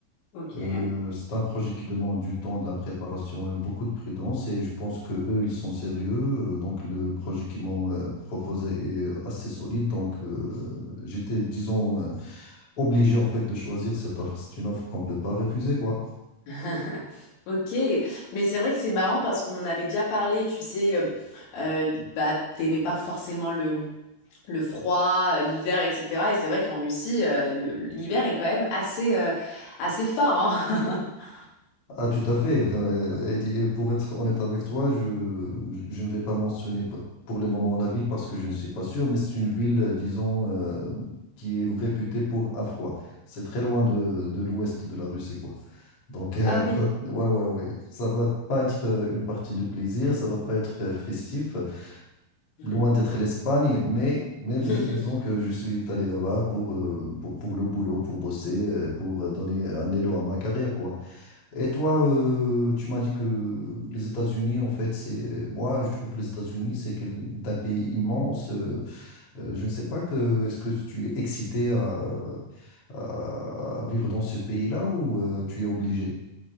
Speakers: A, on the left; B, on the left.
A: Ok.
B: Euh, c'est un projet qui demande du temps, de la préparation et beaucoup de prudence. Et je pense que eux, ils sont sérieux. Euh, Donc le projet qu'ils m'ont euh, proposé est euh, assez solide. Donc euh, j'étais, disons, euh, obligé en fait de choisir cette offre. C'est une offre qu'on ne peut pas refuser, quoi.
A: <laughs> Ok, mais c'est vrai que c'est marrant parce qu'on avait déjà parlé, tu sais, euh, euh, bah t'aimais pas forcément le, le froid, euh, l'hiver, etc. Et c'est vrai qu'en Russie, euh, le- l'hiver est quand même assez, euh, assez fort, hein. <laughs>
B: Ah, tout à fait. Euh, Et di- et pour être honnête avec toi, je, je je ne vais pas mentionner p- pour le moment la ville parce que je ne suis pas sûr, mais c'est une ville, euh, disons, euh, qui est réputée pour un froid. C'est très loin de, de l'ouest de la Russie, quoi. Donc, euh,
A: Ah oui.
B: <laughs> quand- ouais, ouais, ouais. Ça va pas être euh, une partie de plaisir, ça va pas être euh, festif,
A: Mhm.
B: loin d'être l'Espagne, mais, mais, mais
A: <laughs>
B: disons que je suis allé là-bas pour, euh, pour, pour le boulot, pour bosser, euh, pour euh, donner un élan à ma carrière, quoi. Et toi, euh, tu m'as dit que les États-Unis, en fait, c'est moi, je trouve que les États-Unis, c'est quel- c'est un pays immense. euh, euh, je ne sais pas que est-ce que tu es excité à, à- à vivre dans ce pays-là ou euh, tu es obligé?